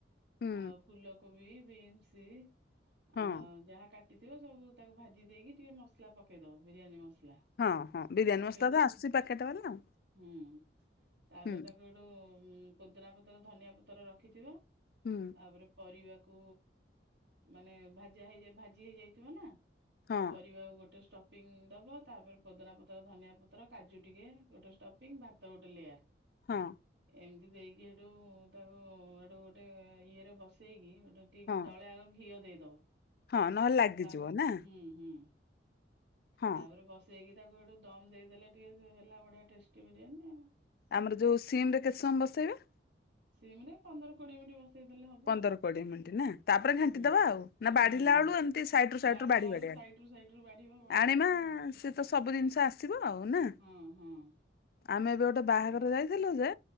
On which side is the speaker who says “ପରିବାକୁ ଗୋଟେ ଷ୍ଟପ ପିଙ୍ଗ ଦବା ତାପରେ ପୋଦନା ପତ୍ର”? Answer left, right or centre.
Right